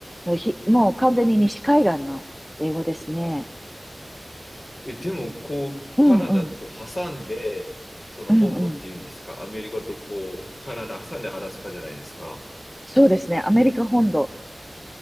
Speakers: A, in the centre; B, on the left (about 45°).
A: のひ、もう完全に西海岸の英語ですね。
B: え、でも、こう、
A: うんうん。
B: カナダを挟んで、その本土っていうんですか、
A: うんうん。
B: アメリカとこう、カナダ挟んでアラスカじゃないですか。
A: そうですね。アメリカ本土。